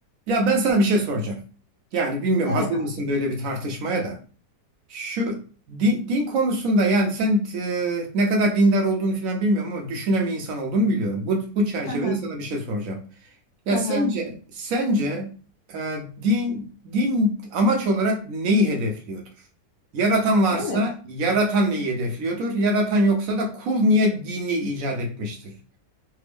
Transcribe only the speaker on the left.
Evet.
Hı hı.
Hı hı.
Evet,